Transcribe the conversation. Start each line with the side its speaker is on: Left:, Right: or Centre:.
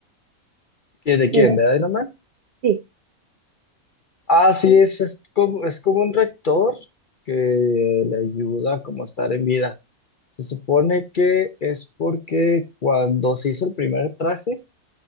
Left: ¿Y ¿De
Right: Sí,
Left: quién?
Right: no,
Left: ¿De Iron Man?
Right: sí.
Left: Ah, sí, es, es como, es como un rector que le ayuda como a estar en vida. Se supone que es porque cuando se hizo el primer traje,